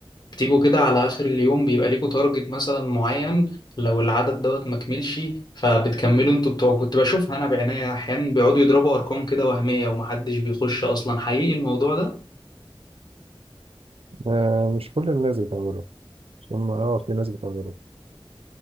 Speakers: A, on the left (about 45°); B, on the right (about 80°).
A: بتيجوا كده على اخر اليوم بيبقى ليكوا تارجت مثلا معين لو العدد دوت ما كملش فبتكملوا انتوا بتوع كنت بشوفها انا بعناية احيانا بيقعدوا يضربوا ارقام كده وهمية ومحدش بيخش اصلا حقيقي الموضوع ده
B: آه مش كل الناس بتعمله مش هم اه في ناس بتعمله